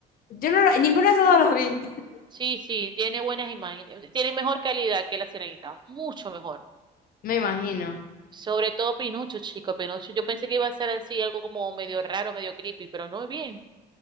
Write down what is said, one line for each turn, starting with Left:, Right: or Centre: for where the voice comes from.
Left: Yo no lo, ninguno de esos dos los vi. <laughs>
Right: Sí, sí, tiene buenas imágenes, tiene mejor calidad que La Sirenita, mucho mejor.
Left: Me imagino.
Right: Sobre todo Pinucho, chico, Pinucho. Yo pensé que iba a ser así, algo como medio raro, medio creepy, pero no es bien.